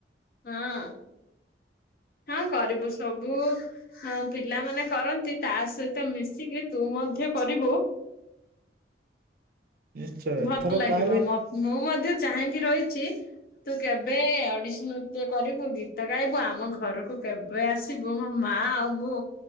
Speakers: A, on the left; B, on the right.
A: ହଁ ହଁ କରିବୁ ସବୁ ହଁ ପିଲାମାନେ କରନ୍ତି ତା ସହିତ ମିଶିକି ତୁ ମଧ୍ୟ କରିବୁ।
B: ନିଶ୍ଚୟ
A: ଭଲ
B: ଏଥର
A: ଲାଗିବ
B: ତାହେଲେ
A: ମୁଁ ମଧ୍ୟ ଚାହିଁକି ରହିଛି ତୁ କେବେ ଅଡିଶନ ଟିଏ କରିବୁ ଗୀତ ଗାଇବୁ ଆମ ଘରକୁ କେବେ ଆସିବୁ ମୋ ମା ଆଉ ମୁଁ